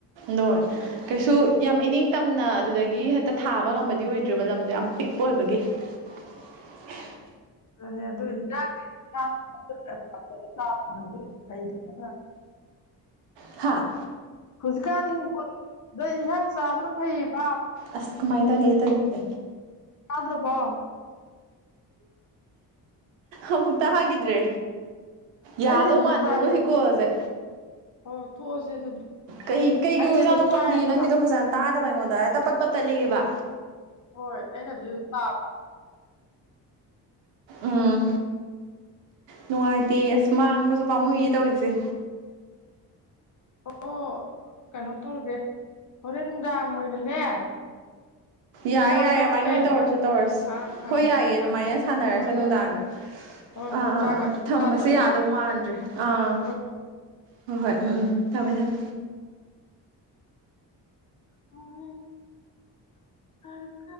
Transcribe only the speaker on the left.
ꯑꯣ
ꯔꯅꯦ ꯑꯗꯨ ꯍꯤꯟꯖꯥꯡꯗꯤ <inaudible>
ꯍꯧꯖꯤꯛꯀꯥꯟ ꯍꯤꯡꯒꯣꯟꯗꯩ ꯏꯟꯁꯥꯡ ꯆꯥꯕꯅ ꯐꯩꯕ꯫
ꯇꯥꯗ꯭ꯔꯕꯣ꯫
ꯑꯩꯗꯤ ꯑꯗꯨꯝ
ꯇꯥꯏꯌꯦ
ꯑꯣ ꯇꯣꯛꯑꯁꯦ ꯑꯗꯨꯗꯤ
ꯑꯩꯗꯤ
ꯑꯗꯨꯝ
ꯇꯥꯏꯌꯦꯕ
ꯍꯣꯏ ꯑꯩꯅꯗꯤ ꯑꯗꯨꯝ ꯇꯥꯕ꯫
ꯑꯣ ꯀꯩꯅꯣ ꯇꯧꯔꯒꯦ ꯍꯣꯔꯦꯟ ꯅꯨꯡꯗꯥꯡ ꯑꯣꯏꯅꯅꯦ
ꯅꯨꯡꯗꯥꯡ
ꯇꯧꯔꯛꯀꯦ
ꯑꯪ
ꯑꯪ
ꯅꯨꯡꯗꯥꯡꯗ
ꯍꯣꯏ
ꯍꯣꯏ ꯍꯣꯏ ꯍꯣꯏ
ꯍꯣꯏ
ꯆꯥꯛꯀ
ꯇꯣꯛꯑꯀꯥꯟꯗ
ꯍꯣꯏ ꯍꯣꯏ
<inaudible>